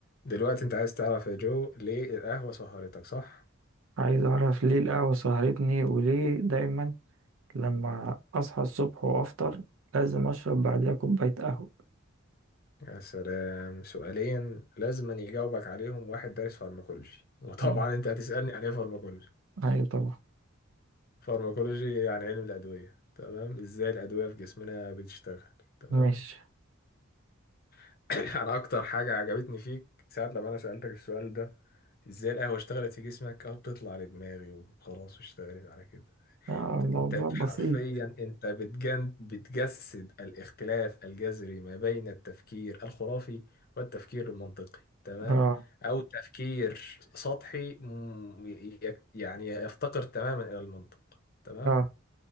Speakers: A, on the left; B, on the right.
A: دلوقتي انت عايز تعرف يا جو ليه القهوة سهرتك صح؟
B: عايز اعرف ليه القهوة سهرتني وليه دايما لما اصحى الصبح وافطر لازم اشرب بعديها كوباية قهوة
A: يا سلام سؤالين لازم يجاوبك عليهم واحد دارس فارماكولوجي وطبعا
B: مم.
A: انت هتسألني عن ايه فارماكولوجي
B: ايوه طبعا
A: فارماكولوجي يعني علم الأدوية تمام ازاي الأدوية في جسمنا بتشتغل تمام
B: ماشي
A: <clears throat> انا اكتر حاجة عجبتني فيك ساعة لما انا سألتك السؤال ده ازاي القهوة اشتغلت في جسمك اه بتطلع لدماغي وخلاص واشتغلت على كده
B: اه الموضوع
A: انت
B: بسيط
A: حرفيا انت بتجن بتجسد الاختلاف الجذري ما بين التفكير الخرافي والتفكير المنطقي تمام
B: اه
A: او تفكير سطحي م- ي- يعني يفتقر تماما الى المنطق تمام
B: اه